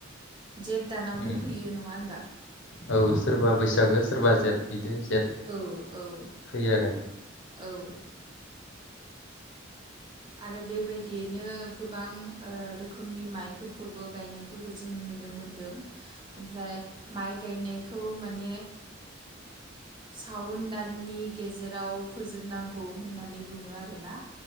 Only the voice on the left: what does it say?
उम
औ सोरबा बैसागो सोरबा जेद बिदि जेद
फैयो आरो।